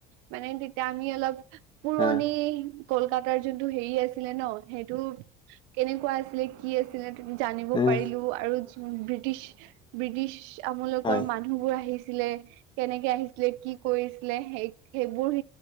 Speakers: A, on the right; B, on the left.
A: মানে তেতিয়া আমি অলপ পুৰণি
B: হ
A: কলকাতাৰ যোনটো হেৰি আছিলে ন সেইটো কেনেকুৱা আছিলে কি আছিলে জানিব
B: উম
A: পাৰিলো আৰু ব্ৰিটিছ ব্ৰিটিছ আপোনালোকৰ
B: হয়
A: মানুহ বোৰ আহিছিলে কেনেকে আহিছিলে কি কৰিছিলে সেই সেইবোৰ